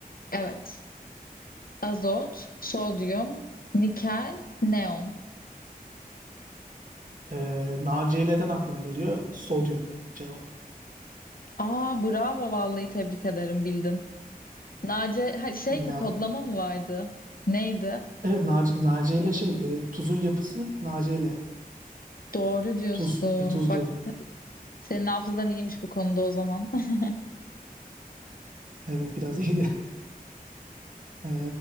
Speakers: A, on the left (about 65°); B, on the right (about 60°).
A: evet. Azot, sodyum, nikel, neon.
B: E, NaCl'den aklıma geliyor. Sodyum cevap.
A: Aa bravo vallahi tebrik ederim bildin. Nace ha, şey
B: Kimya.
A: mi kodlama mı vardı? Neydi?
B: Evet NaC- NaCl şey e, tuzun yapısı NaCl.
A: Doğru diyorsun.
B: Tuz. Bir tuzdu.
A: Bak senin hafızan iyiymiş bu konuda o zaman. <laughs>
B: Evet biraz iyiydi. <laughs> E,